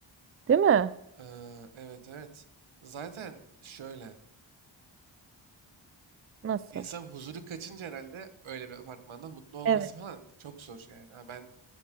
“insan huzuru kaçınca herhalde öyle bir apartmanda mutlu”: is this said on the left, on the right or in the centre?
Right